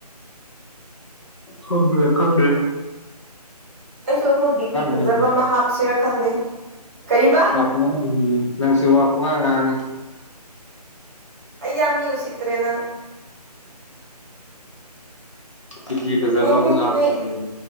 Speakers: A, on the left; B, on the right.
A: ꯍꯕꯤꯔ ꯈꯪ꯭ꯗꯦ
B: ꯑꯩꯁꯨ ꯑꯃꯨꯛ ꯗꯤꯄꯤ ꯐꯖꯕ
A: ꯉꯥꯡꯉꯤ
B: ꯑꯃ ꯍꯥꯞꯁꯤꯔꯥ ꯈꯪꯗꯦ ꯀꯔꯤꯕ
A: ꯋꯥ ꯄꯨꯡꯉ ꯅꯪꯁꯦ ꯋꯥ ꯄꯨꯡꯉꯥ ꯉꯥꯡꯉꯤ
B: ꯑ ꯌꯥꯝ ꯃꯤ ꯎꯆꯠꯇ꯭ꯔꯦꯅꯪ
A: ꯇꯤꯇꯤ ꯐꯖꯕ
B: ꯐꯩ ꯐꯩ
A: ꯑꯃꯨꯛ ꯍꯥꯞꯁ꯭ꯔꯝꯃꯤ
B: ꯅꯣꯏ